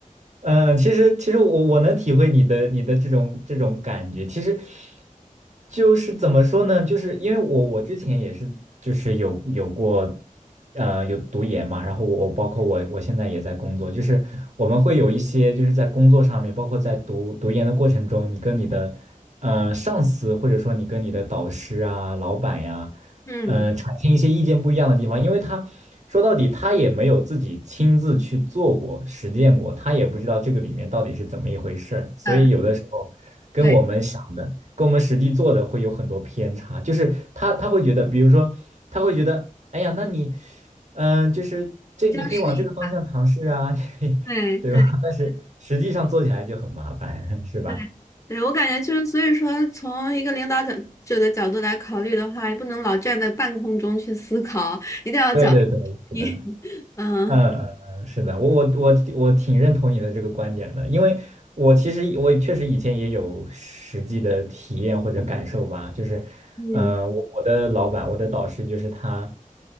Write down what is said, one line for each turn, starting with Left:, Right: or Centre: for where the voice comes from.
Right: 嗯，其实其实我我能体会你的你的这种这种感觉，其实就是怎么说呢？就是因为我我之前也是就是有有过呃有读研嘛，然后我我包括我我现在也在工作，就是我们会有一些就是在工作上面，包括在读读研的过程中，你跟你的呃上司或者说你跟你的导师啊、老板呀。
Left: 嗯
Right: 呃，产生一些意见不一样的地方，因为他说到底他也没有自己亲自去做过、实践过，他也不知道这个里面到底是怎么一回事儿，所以有的时候跟我们想的、
Left: 嗯，对，
Right: 跟我们实际做的会有很多偏差，就是他他会觉得，比如说他会觉得，哎呀，那你，嗯、就是这你可以往这个方向尝试啊，
Left: 你这样试一下。
Right: <laughs>
Left: 对对
Right: 对吧？但是实际上做起来就很麻烦，是吧？
Left: 对对，我感觉就是，所以说，从一个领导者者的角度来考虑的话，也不能老站在半空中去思考，一定要脚
Right: 对对对，是的，
Left: 踢。<laughs> 嗯
Right: 嗯嗯嗯，是的，我我我我挺认同你的这个观点的，因为我其实我确实以前也有实际的体验或者感受吧，就是，
Left: 嗯，
Right: 嗯、我我的老板，我的导师就是他，